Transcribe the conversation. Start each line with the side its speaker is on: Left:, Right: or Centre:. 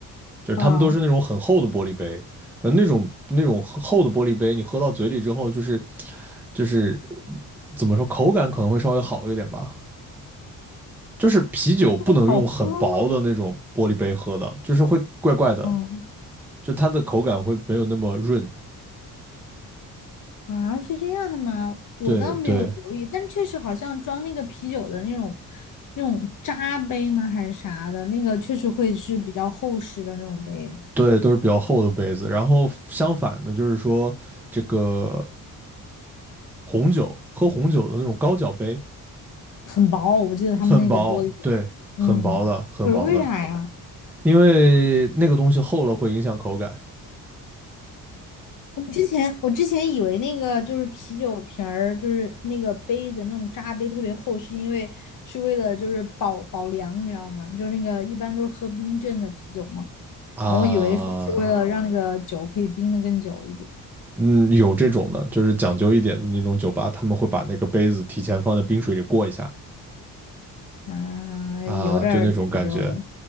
Centre: 就是他们都是那种很厚的玻璃杯，
Left: 啊。
Centre: 呃，那种那种厚的玻璃杯，你喝到嘴里之后，就是就是怎么说，口感可能会稍微好一点吧。就是啤酒不能用很薄的那种玻璃杯喝的，
Left: 会好喝吗？
Centre: 就是会怪怪的，
Left: 嗯
Centre: 就它的口感会没有那么润。
Left: 啊，是这样的吗？我倒没有留意，
Centre: 对对
Left: 但确实好像装那个啤酒的那种那种扎杯吗？还是啥的？那个确实会是比较厚实的那种杯子，
Centre: 对，都是比较厚的杯子。然后相反的，就是说这个红酒，喝红酒的那种高脚杯，
Left: 很薄，我记得他们那个玻璃。
Centre: 很薄，对，很薄的，
Left: 嗯，
Centre: 很薄的。
Left: 可是为啥呀？
Centre: 因为那个东西厚了会影响口感
Left: 我之前我之前以为那个就是啤酒瓶儿，就是那个杯子那种扎杯特别厚，是因为是为了就是保保凉，你知道吗？就是那个一般都是喝冰镇的啤酒嘛，
Centre: 啊。
Left: 然后我以为是是为了让那个酒可以冰的更久一点
Centre: 嗯，有这种的，就是讲究一点的那种酒吧，他们会把那个杯子提前放在冰水里过一下
Left: 啊，
Centre: 啊，
Left: 有点儿讲究了。
Centre: 就那种感觉。